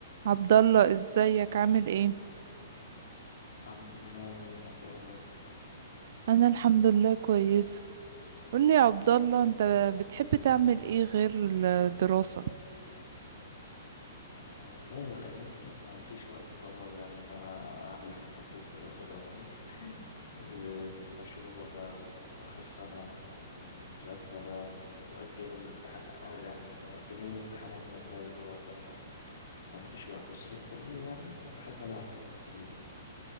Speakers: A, on the right; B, on the left.
A: عبد الله ازيك عامل ايه
B: الحمد لله يا مارينا انت ايه اخبارك
A: انا الحمد لله كويسه قولي يا عبد الله انت بتحب تعمل ايه غير الدراسه
B: آه والله والايام دي ما فيش وقت فراغ يعني ان انا اعمل حاجه جنب الدراسه فاهماني آه، مشروع بقى واخر سنه ومذاكره بقى واجلوا الامتحان يعني كانوا مؤجلين الامتحانات وبعد كده رجعوا قدموها فما فيش وقت بس في الطبيعي يعني بحب العب جيمز كتير يعني